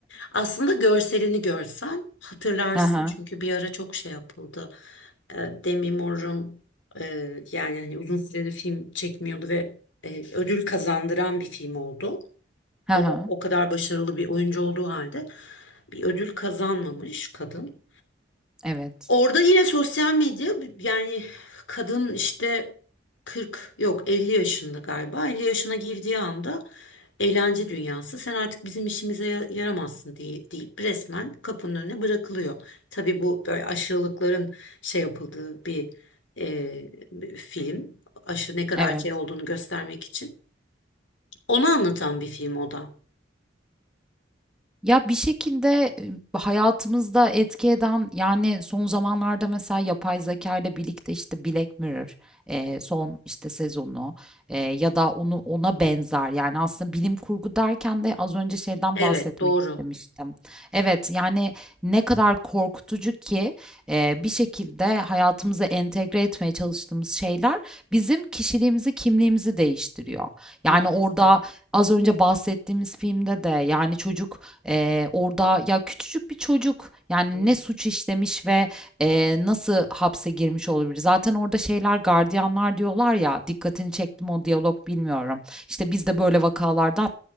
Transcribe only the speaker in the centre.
Hı hı.
Hı
hı.
Evet.
Evet.
Ya bir şekilde e, hayatımızda etki eden yani son zamanlarda mesela yapay zeka ile birlikte işte Black Mirror e, son işte sezonu e, ya da onu ona benzer yani aslında bilim kurgu derken de az önce şeyden
bahsetmek
istemiştim. Evet yani ne kadar korkutucu ki e, bir şekilde hayatımıza entegre etmeye çalıştığımız şeyler bizim kişiliğimizi, kimliğimizi değiştiriyor.
Yani orada az önce bahsettiğimiz filmde de yani çocuk Eee, orada ya küçücük bir çocuk, yani,
ne suç işlemiş ve, eee, nasıl hapse girmiş olabilir? Zaten orada şeyler, gardiyanlar diyorlar ya, dikkatini çekti mi o diyalog bilmiyorum. İşte, "Biz de böyle vakalardan